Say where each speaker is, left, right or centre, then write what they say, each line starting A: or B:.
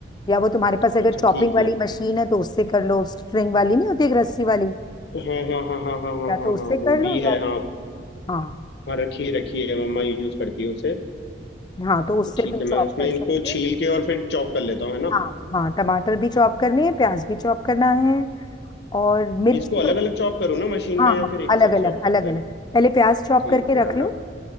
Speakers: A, on the left (about 20°); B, on the left (about 60°).
A: या वो तुम्हारे पास अगर
B: अच्छा
A: चॉपिंग
B: ठीक
A: वाली
B: है
A: मशीन है तो उससे कर लो स्ट्रिंग वाली नहीं होती एक रस्सी वाली
B: हाँ हाँ हाँ हाँ हाँ हाँ
A: या
B: हाँ
A: तो उससे
B: हाँ वो
A: कर लो
B: भी है
A: या
B: हाँ
A: हाँ
B: हाँ रखिए रखिए मम्मा यूज करती है उसे
A: हाँ तो उससे
B: तो ठीक
A: तुम
B: है
A: चॉप
B: मैं उसमें
A: कर
B: इनको
A: सकते हो
B: छील के और फिर चॉप कर लेता हूँ है ना
A: हाँ हाँ टमाटर भी चॉप करने हैं प्याज भी चॉप करना है और मिर्ची
B: इसको अलग
A: तो
B: अलग चॉप करूँ ना मशीन
A: हाँ
B: में या
A: हाँ
B: फिर एक
A: अलग
B: साथ
A: अलग
B: चॉप कर
A: अलग
B: दें
A: अलग पहले प्याज चॉप
B: ठीक
A: करके
B: है
A: रख
B: अलग
A: लो